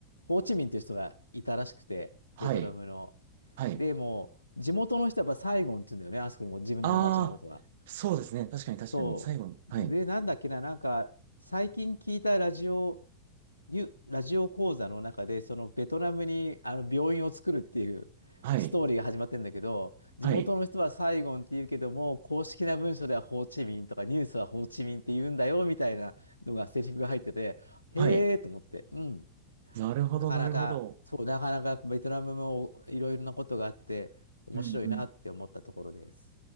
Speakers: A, on the left (about 80°); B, on the right (about 55°).
A: ホーチミンという人がいたらしくて、
B: はい。
A: ベトナムの。
B: はい。
A: でも地元の人はやっぱサイゴンって言うんだよね、あそこも自分の町のことは。
B: ああ、そうですね。確かに確かに。
A: そう。
B: 最後の。はい。
A: で、なんだっけな、なんか、最近聞いたラジオニュラジオ講座の中で、そのベトナムにあの病院を作るっていうストーリーが始まってんだけど、
B: はい。
A: 地元の人はサイゴンって言うけども、
B: はい。
A: 公式な文書ではホーチミンとかニュースはホーチミンって言うんだよみたいなのがセリフが入ってて、へえと思って、
B: はい。
A: うん。
B: なるほど、
A: なかなか、
B: なるほど。
A: そう、なかなかベトナムもいろいろなことがあって面白いなって思ったところです。
B: うん